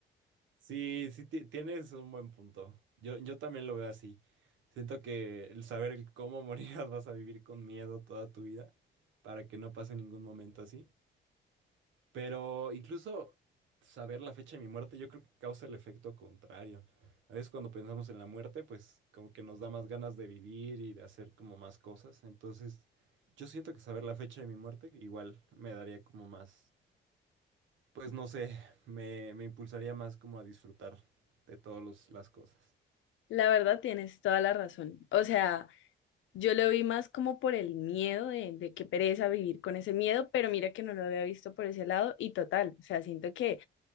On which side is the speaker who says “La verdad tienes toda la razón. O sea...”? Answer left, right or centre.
Left